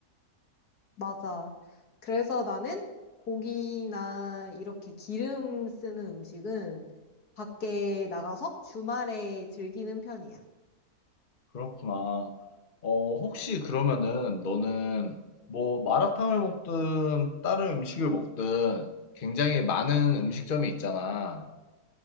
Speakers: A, on the left; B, on the left.
A: 맞아. 그래서 나는 고기나 이렇게 기름 쓰는 음식은 밖에 나가서 주말에 즐기는 편이야.
B: 그렇구나. 어, 혹시 그러면은 너는 뭐 마라탕을 먹든 다른 음식을 먹든 굉장히 많은 음식점이 있잖아.